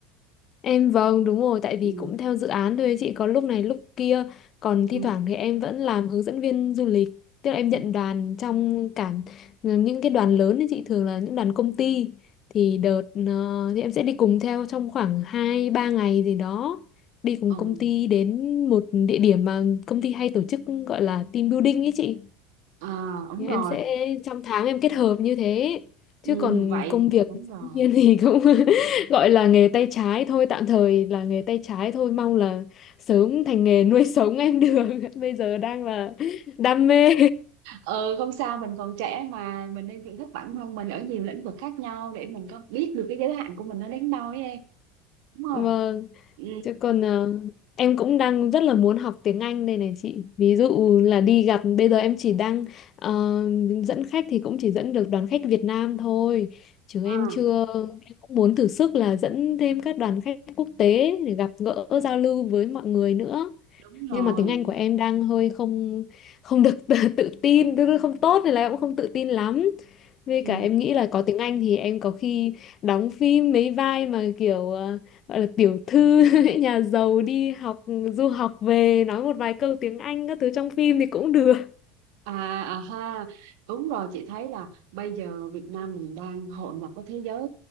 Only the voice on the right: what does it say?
Ừ,
ừ,
đúng.
Ừ.
À, đúng
rồi.
Ừ,
vậy
đúng
rồi.
Ừ, không sao mình còn trẻ mà mình nên thử thách bản thân mình ở nhiều lĩnh vực khác nhau để mình có biết được cái giới hạn của mình nó đến đâu ấy em,
đúng
không? Ừ,
à,
đúng rồi.
Ừ.
À, à ha đúng rồi chị thấy là bây giờ Việt Nam mình đang hội nhập với thế giới